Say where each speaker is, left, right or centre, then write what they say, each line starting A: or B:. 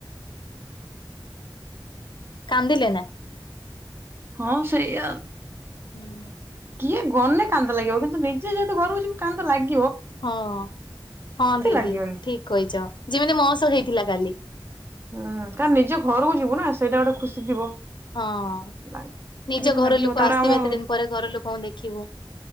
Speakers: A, on the right (about 25°); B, on the left (about 65°).
A: ହୁଁ।
B: କାନ୍ଦିଲେ ନା?
A: ହଁ ସେୟା ଆଉ।
B: ହୁଁ।
A: କିଏ ଗଲେ କାନ୍ଦ ଲାଗିବ, କିନ୍ତୁ ନିଜେ ଯେହେତୁ ଘରକୁ ଯିବୁ କାନ୍ଦ ଲାଗି
B: ହଁ ହଁ ଦିଦି
A: ଲାଗିବନି
B: ଠିକ କହିଚ, ଯେମିତି ମୋ ସହ ହେଇଥିଲା କାଲି।
A: ହଁ, କାଇଁନା ନିଜ ଘରୁକୁ ଯିବୁ ନା, ସେଇଟା ଗୋଟେ ଖୁସି ଥିବ।
B: ହଁ।
A: ଟିକେ
B: ନିଜ
A: ଟିକେ
B: ଘର
A: ଲାଗିବ,
B: ଲୋକ
A: ତାପରେ
B: ଆସିଥିବେ
A: ଆମ
B: ଏତେ
A: ହୁଁ
B: ଦିନ ପରେ ଘର ଲୋକଙ୍କୁ ଦେଖିବୁ।